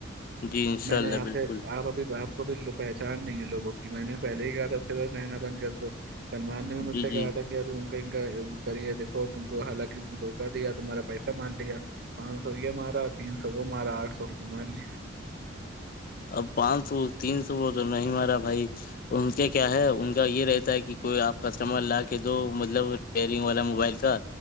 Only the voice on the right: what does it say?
میں
نے یہاں
سے آپ ابھی آپ کب لوپے نہیں ہے لوگوں کی میں نے پہلے ہی کہا تھا کلر رہنا بند کر دو سلمان نے بھی مجھ
سے کہا
تھا کہ اب کہیں گ کریے دیکھو تم کو حالانکہ اس دکا دیا تمہارا پیسہ مان لیا پانچ سو یہ مارا اور تین سو وہ مارا آٹھ سو ہم مان لی